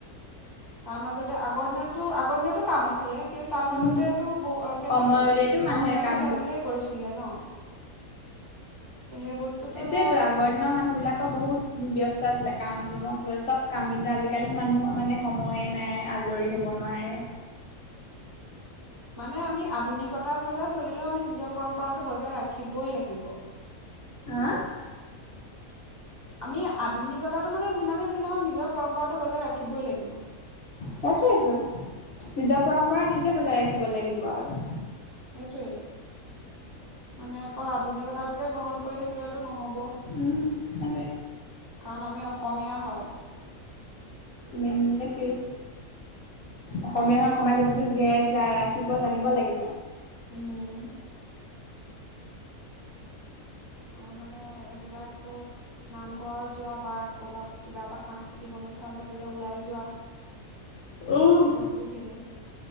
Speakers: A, on the right; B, on the left.
A: তাৰ মাজতে আগৰ দিনতো আগৰ দিনতো কাম আছিলে। কিন্তু তাৰ মাজতেতটো
B: উম
A: ব কেনেকে
B: সময় উলিয়াইতো মানুহে
A: মাহতেচোন
B: কাম
A: তেনেকেই, কৰিছিলে ন, সেই বস্তুটো
B: সেইটোৱেটো
A: ধৰ
B: আগৰ দিনৰ মানুহ বিলাকৰ বহুত উ ব্যস্ত, আছিলে কামক লৈ চব কাম কিন্তু আজিকালি মানুহৰ মানে সময়ে নাই আজৰি হ'ব নোৱাৰে,
A: মানে আমি আধুনিকতা ফালেও চলিলেও আমি নিজৰ পৰম্পৰাটো বজাই ৰাখিবই লাগিব।
B: হা-
A: আমি আধুনিকতাটো মানে যিমানেই যিনহক নিজৰ পৰম্পৰাটো বজাই ৰাখিবই লাগিব।
B: সেইতোৱেইটো নিজৰ- পৰম্পৰা নিজে বজাই ৰাখিব লাগিব আৰু,
A: সেইটোৱেই, মানে অকল আধুনিকতাটোকে গ্ৰহণ কৰি থাকিলেতো নহ'ব।
B: উম সেইটোৱে
A: কাৰণ আমি অসমীয়া হয়,
B: মেইন সেইটোৱেই অসমীয়া হয় অসমীয়া জাতিটো জীয়াই ৰাখিব জানিব লাগিব।
A: উম। আৰু মানে এইবিলাক ধৰ নামঘৰত যোৱা বা ক'বাত কিবা এটা সাংস্কৃতিক অনুষ্ঠান পাতিলে ওলাই যোৱা।
B: উম
A: সে বস্তুখিনি-